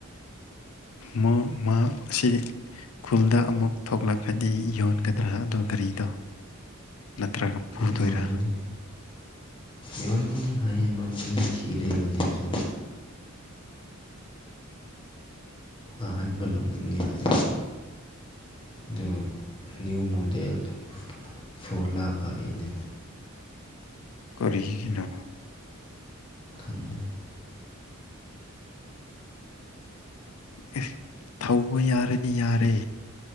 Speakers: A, on the left; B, on the left.
A: ꯃꯣ ꯃꯥ ꯑꯁꯤ ꯈꯨꯜꯗ ꯑꯃꯨꯛ ꯊꯣꯛꯂꯛꯂꯥꯥꯗꯤ ꯌꯣꯟꯒꯗ꯭ꯔꯥ ꯑꯗꯣ ꯒꯥꯔꯤꯗꯣ ꯅꯠꯇ꯭ꯔꯒ ꯄꯨꯗꯣꯏꯔꯥ
B: ꯌꯣꯟꯒꯅꯤ ꯌꯣꯟꯒꯅꯤ ꯍꯥꯏꯌꯦ ꯃꯥ ꯃꯤ ꯊꯤꯔꯦ ꯍꯧꯖꯤꯛꯁꯨ ꯑꯍꯟꯕ ꯂꯧꯅꯤꯡꯉꯦ ꯍꯥꯏ ꯑꯗꯨ ꯅ꯭ꯌꯨ ꯃꯣꯗꯦꯜ ꯐꯣꯔ ꯂꯥꯈ ꯍꯥꯏꯅꯦ
A: ꯀꯔꯤꯒꯤꯅꯣ
B: ꯈꯪꯗꯦ
A: ꯑꯦ ꯊꯧꯕ ꯌꯥꯔꯗꯤ ꯌꯥꯔꯦ